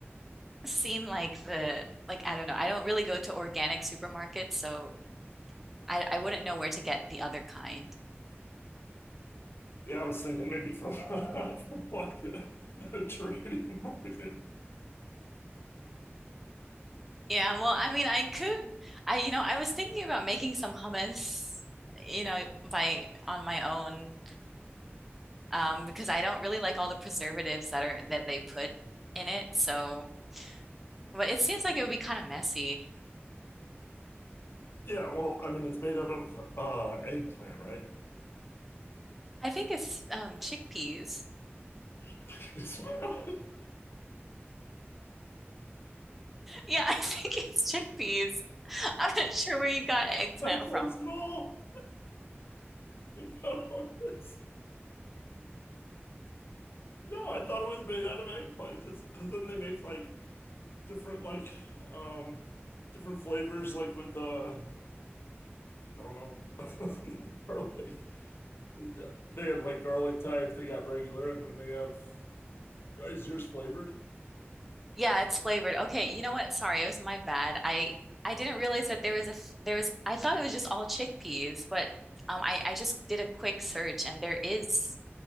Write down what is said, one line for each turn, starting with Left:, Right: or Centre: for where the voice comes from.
Centre: seen like the like I don't know. I don't really go to organic supermarkets, so I I wouldn't know where to get the other kind.
Left: Yeah, I was thinking maybe from <laughs> from like a trading market.
Centre: Yeah, well, I mean, I could I you know, I was thinking about making some hummus, you know, by on my own um because I don't really like all the preservatives that are that they put in it. So, but it seems like it would be kind of messy.
Left: Yeah, well, I mean, it's made out of uh, eggplant, right?
Centre: I think it's um chickpeas.
Left: <laughs>
Centre: Yeah, <laughs> I think it's chickpeas. I'm not sure where you got eggplant
Left: It's not close
Centre: from.
Left: at all. <laughs> Not on this. No, I thought it was made out of eggplant because because then they make like different like um different flavors like with uh I don't know <laughs> garlic. They have like garlic type. They got regular, and then they have. oh, Is yours flavored?
Centre: Yeah, it's flavored. Okay, you know what? Sorry, it was my bad. I I didn't realize that there was a f- there was I thought it was just all chickpeas, but um I I just did a quick search and there is